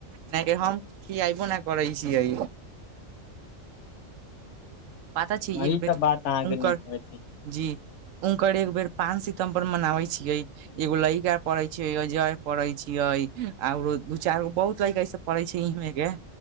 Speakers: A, on the right; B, on the left.
A: नहि रे हम खियाबो नहि करै छियै पता छै एक
B: ई
A: बेट
B: तऽ बात अहाँके
A: हुनकर
B: नीक कहै छी
A: जी हुनकर एक बेर पाँच सितम्बर मनाबे छियै एगो लड़का पड़ै छैिय जाय पड़ै छियै आरो दू चार गो बहुत लेका ऐस पड़ै छै इमे के